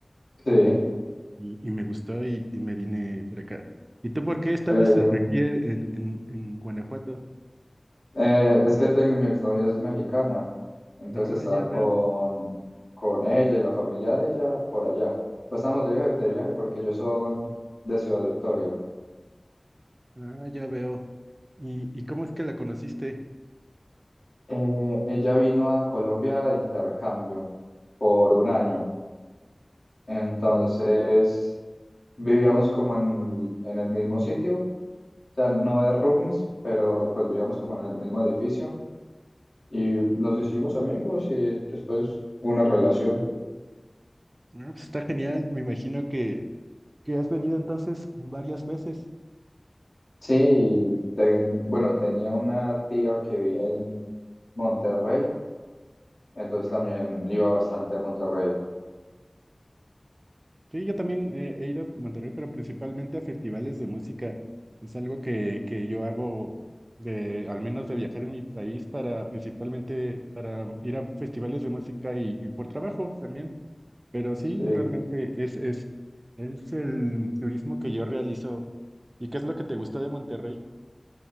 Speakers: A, on the left; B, on the right.
A: Sí,
B: y, y me gustó y, y me vine por acá. ¿Y tú por qué estabas
A: em,
B: eh, aquí en, en, en Guanajuato?
A: Eh, es que tengo, mi exnovia es mexicana, entonces
B: Ah,
A: estaba
B: ya
A: con,
B: veo,
A: con ella y la familia de ella por allá. Pues estábamos de viaje, de viaje porque ellos son de Ciudad Victoria.
B: ah, ya veo. ¿Y, y cómo es que la conociste?
A: Eh, ella vino a Colombia de intercambio por un año, entonces vivíamos como en, en el mismo sitio, o sea, no de roomies, pero pues vivíamos como en el mismo edificio y nos hicimos amigos y después una relación.
B: Ah, pues está genial, me imagino que, que has venido entonces varias veces.
A: Sí, y ten- bueno, tenía una tía que vivía en Monterrey, entonces
B: Ya.
A: también iba bastante a Monterrey.
B: Sí, yo también eh, he ido a Monterrey, pero principalmente a festivales de música. Es algo que, que yo hago de, al menos de viajar en mi país para principalmente para ir a festivales de música y, y por trabajo también. Pero sí,
A: Sí.
B: realmente es, es, es el turismo que yo realizo. ¿Y qué es lo que te gustó de Monterrey?